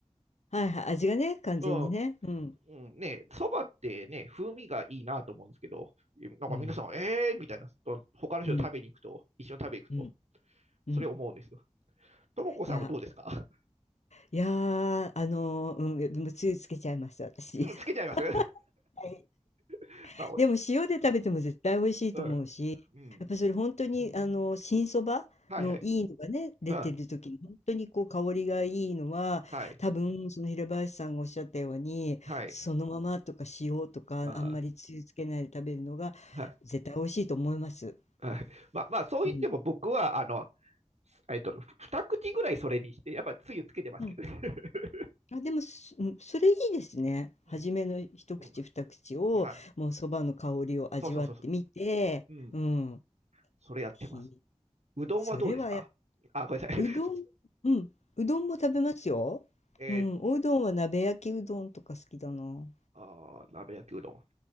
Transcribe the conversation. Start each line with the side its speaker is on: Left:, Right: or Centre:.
Left: はいはい、味がね、完全にね。
Right: <laughs>
Left: うん。
Right: うん、うん、ね、そばってね、風味がいいなと思うんですけど、なんか皆さん、
Left: うん。
Right: えーみたいな、と他の人と食べに行くと、
Left: うん。
Right: 一緒に食べに行くと、
Left: うん。うん。
Right: それ思うんですよ。ともこさんはどうですか
Left: いや、いやー、あのーうん、でもつゆつけちゃいました、私。
Right: <laughs> つけちゃいます
Left: <laughs> はい
Right: <laughs> まあ、
Left: でも塩で食べても絶対美味しいと思うし、
Right: うんうん
Left: やっぱそれ本当にあの、新そばのいいのがね、
Right: はいはい。
Left: 出てる時に本当にこう香りがいいのは、
Right: うんはい
Left: 多分その平林さんがおっしゃったように、
Right: はい
Left: そのままとか塩とかあんまりつゆつけないで食べるのが
Right: あーはい
Left: 絶対美味しいと思います。
Right: はいまあまあそう言っても僕はあの、
Left: うん。
Right: えっと、二口ぐらいそれにして、やっぱりつゆつけてますけど。
Left: うん。
Right: <laughs>
Left: あ、でも、すうん、それいいですね。初めの一口二口を、
Right: うんうんはい。
Left: もうそばの香りを味わってみて、
Right: そうそうそうそう。うん。
Left: うん。
Right: それやってます。
Left: ひ
Right: うどんはどうですかあ、
Left: それはや
Right: ごめんなさい。
Left: うどん、
Right: <laughs>
Left: うん、うどんも食べますよ。
Right: えー、
Left: うん、おうどんは鍋焼きうどんとか好きだな。
Right: あー鍋焼きうどん。